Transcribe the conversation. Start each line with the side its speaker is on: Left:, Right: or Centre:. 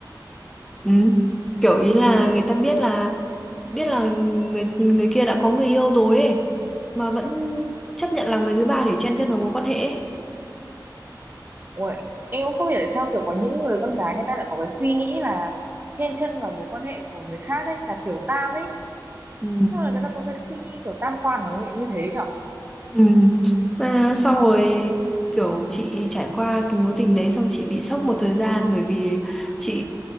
Centre: Ừ. Kiểu ý là người ta biết là biết là người người kia đã có người yêu rồi ấy mà vẫn chấp nhận làm người thứ ba để chen chân vào mối quan hệ ấy.
Right: Uầy, em cũng không hiểu tại sao kiểu có những người con gái người ta lại có cái suy nghĩ là chen chân vào mối quan hệ của người khác ấy là tiểu tam ấy
Centre: Ừ.
Right: sao là người ta có cái suy nghĩ kiểu tam quan nó lại như thế nhở
Centre: Ừ. Mà xong rồi kiểu chị trải qua cái mối tình đấy xong chị bị sốc một thời gian bởi vì chị